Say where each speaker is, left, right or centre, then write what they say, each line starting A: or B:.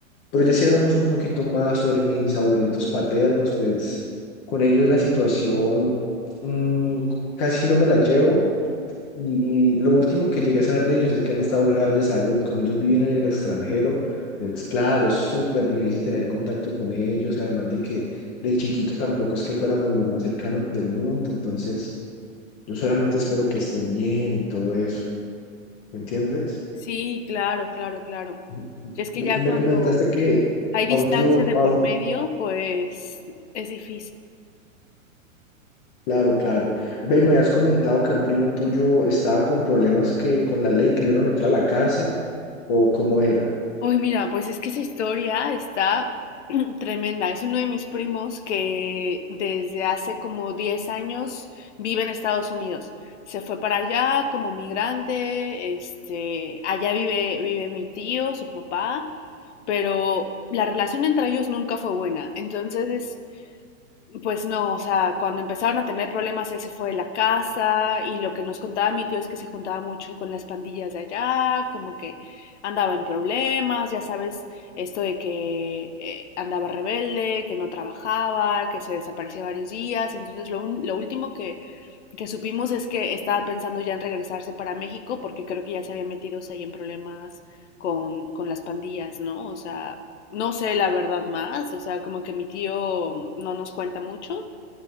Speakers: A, on the left; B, on the left.
A: Pero ya si hablamos un poquito más sobre mis abuelitos paternos, pues con ellos la situación mm, casi no me la llevo. Y lo último que llegué a saber de ellos es que han estado graves de salud. Como ellos viven en el extranjero, pues claro, es súper difícil tener contacto con ellos. Además de que de chiquito tampoco es que fuéramos los más cercanos del mundo. Entonces, yo solamente espero que estén bien y todo eso. ¿Me entiendes?
B: Sí, claro, claro, claro.
A: Ujú.
B: Es que ya
A: Y me
B: cuando
A: comentaste que
B: hay distancia
A: a un tío,
B: de
A: a
B: por
A: un-
B: medio, pues es difícil.
A: Claro, claro. Ve, me habías comentado que un primo tuyo estaba con problemas que con la ley que le iban a meter a la cárcel, o cómo era.
B: Ay, mira, pues es que esa historia está <clears throat> tremenda. Es uno de mis primos que desde hace como 10 años vive en Estados Unidos. Se fue para allá como migrante, este, allá vive, vive mi tío, su papá, pero la relación entre ellos nunca fue buena. Entonces, pues no, o sea, cuando empezaron a tener problemas, él se fue de la casa y lo que nos contaba mi tío es que se juntaba mucho con las pandillas de allá, como que andaba en problemas, ya sabes, esto de que eh, andaba rebelde, que no trabajaba, que se desaparecía varios días. Entonces, lo, un- lo último que, que supimos es que estaba pensando ya en regresarse para México porque creo que ya se había metido o sea, ahí en problemas con, con las pandillas, ¿no? O sea, no sé la verdad más, o sea, como que mi tío no nos cuenta mucho,